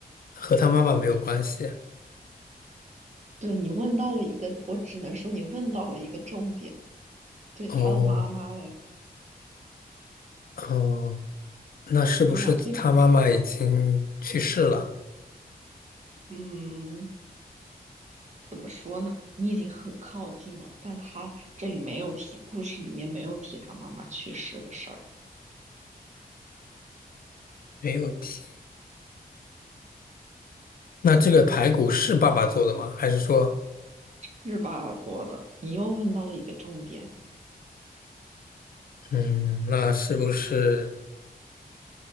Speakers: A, on the left (about 65°); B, on the right (about 45°).
A: 和他妈妈没有关系。
B: 对，你问到了一个，我只能说你问到了一个重点。对他的妈妈嘞，
A: 哦，哦，那是不是他妈妈已经去世了？
B: 你就往这边想，嗯，怎么说呢？你已经很靠近了，但他这里没有提，故事里面没有提他妈妈去世的事儿，
A: 没有提。那这个排骨是爸爸做的吗？还是说，
B: 是爸爸做的。你又问到了一个重点，
A: 嗯，那是不是